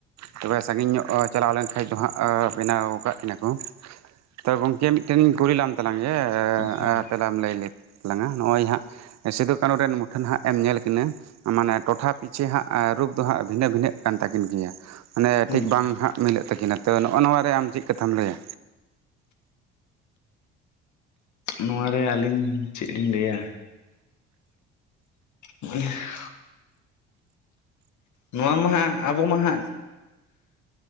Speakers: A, on the right (about 55°); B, on the left (about 60°).
A: ᱛᱚᱵᱮ ᱥᱟᱺᱜᱤᱧ ᱧᱚᱜ ᱪᱟᱞᱟᱣ ᱞᱮᱱᱠᱷᱟᱡ ᱫᱚ ᱦᱟᱸᱜ ᱵᱮᱱᱟᱣ ᱠᱟᱜ ᱠᱤᱱᱟᱹ ᱠᱚ᱾ ᱛᱚ ᱜᱚᱝᱠᱮ ᱢᱤᱫᱴᱮᱱ ᱠᱩᱞᱤᱞᱟᱢ ᱛᱟᱞᱟᱝ ᱜᱮ
B: ᱦᱩᱸ
A: ᱛᱮᱞᱟᱢ ᱞᱟᱹᱭ ᱛᱟᱞᱟᱝᱟ ᱱᱚᱜ-ᱚᱭ ᱦᱟᱸᱜ ᱥᱤᱫᱩ ᱠᱟᱹᱱᱩ ᱨᱮᱱ ᱢᱩᱴᱷᱟᱹᱱ ᱦᱟᱸᱜ ᱮᱢ ᱧᱮᱞ ᱠᱤᱱᱟᱹ ᱢᱟᱱᱮ ᱴᱚᱴᱷᱟ ᱯᱤᱪᱷᱤ ᱦᱟᱸᱜ ᱨᱩᱯ ᱫᱚ ᱦᱟᱸᱜ ᱵᱷᱤᱱᱟᱹ ᱵᱷᱤᱱᱟᱹᱜ ᱠᱟᱱ ᱛᱟᱹᱠᱤᱱ ᱜᱮᱭᱟ ᱢᱟᱱᱮ
B: ᱦᱩᱸ
A: ᱴᱷᱤᱠ ᱵᱟᱝ ᱦᱟᱸᱜ ᱢᱤᱞᱟᱹᱜ ᱛᱟᱹᱠᱤᱱᱟ᱾ ᱛᱚ, ᱱᱚᱜ-ᱚ ᱱᱚᱣᱟ ᱨᱮ ᱟᱢ ᱪᱮᱫ ᱠᱟᱛᱷᱟᱢ ᱞᱟᱹᱭᱟ?
B: ᱱᱚᱣᱟᱨᱮ ᱟᱹᱞᱤᱧ ᱪᱮᱫ ᱞᱤᱧ ᱞᱟᱹᱭᱟ? <unintelligible> ᱱᱚᱣᱟ ᱢᱟ ᱦᱟᱸᱜ, ᱟᱵᱚ ᱢᱟ ᱦᱟᱸᱜ᱾